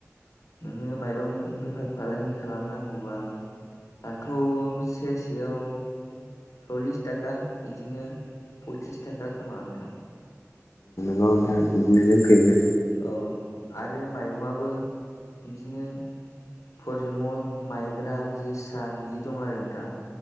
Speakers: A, on the left; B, on the left.
A: नोङो माइरं बेफार फालांगि खालामनांगौबा दाथ' ससेयाव सल्लिस थाखा बिदिनो पयथ्रिस थाखा खोमा नोंथां?
B: माबा मोनथा बिदिनो जोंखैबो
A: औ आरो माइरंआबो बिदिनो परिमल माइब्रा जोसा बिदि दं आरो नोंथां